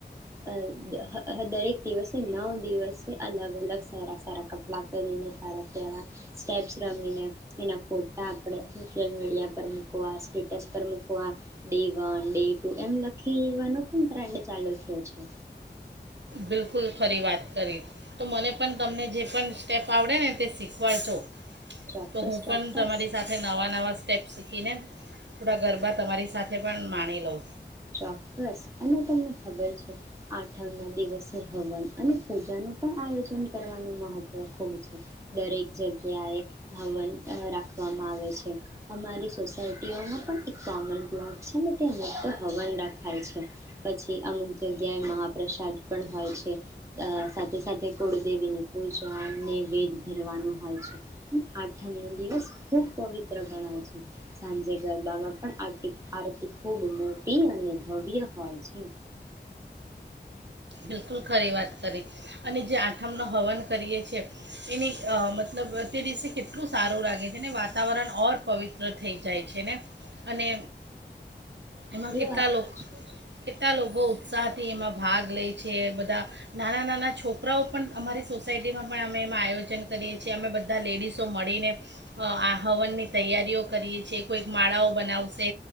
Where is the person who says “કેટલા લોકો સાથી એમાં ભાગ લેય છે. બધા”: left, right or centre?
Right